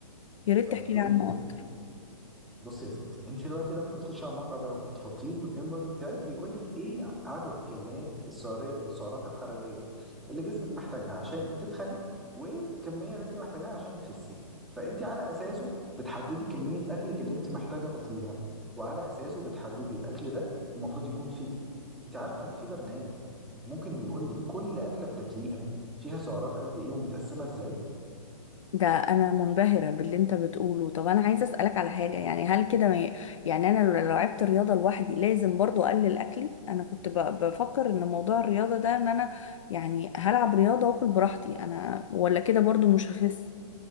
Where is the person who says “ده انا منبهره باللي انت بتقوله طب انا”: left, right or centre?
Left